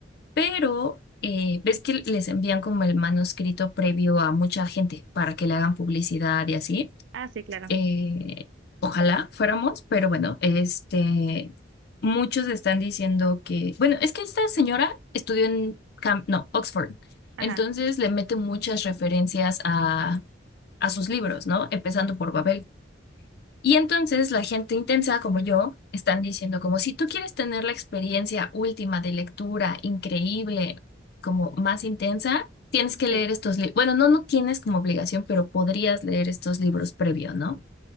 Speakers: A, on the left; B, on the right.
A: pero eh, ves que les envían como el manuscrito previo a mucha gente para que le hagan publicidad y así.
B: ah, sí, claro.
A: Eh, ojalá fuéramos, pero bueno, este, muchos están diciendo que, bueno, es que esta señora estudió en Cam- no, Oxford,
B: Ajá,
A: entonces le mete muchas referencias a, a sus libros, ¿no? Empezando por Babel. Y entonces la gente intensa como yo están diciendo como si tú quieres tener la experiencia última de lectura increíble, como más intensa, tienes que leer
B: sí.
A: estos libros. Bueno, no, no tienes como obligación, pero podrías leer estos libros previo, ¿no?